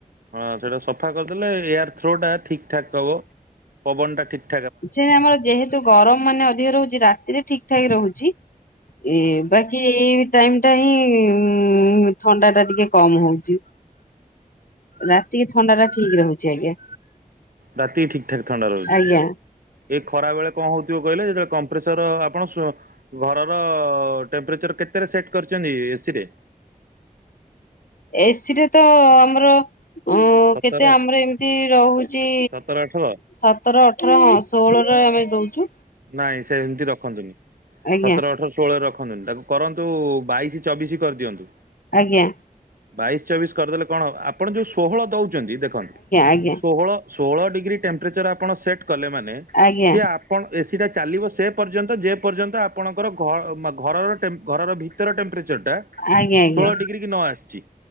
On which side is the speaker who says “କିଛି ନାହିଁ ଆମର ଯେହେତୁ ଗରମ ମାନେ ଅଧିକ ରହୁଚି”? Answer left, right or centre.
Left